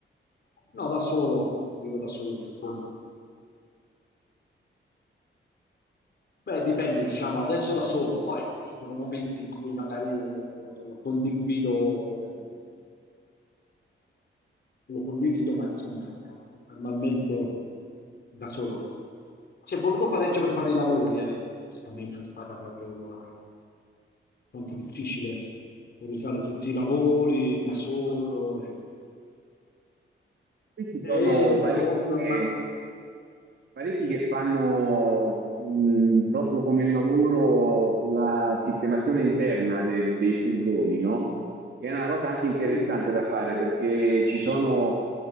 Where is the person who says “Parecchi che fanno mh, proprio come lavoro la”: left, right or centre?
Right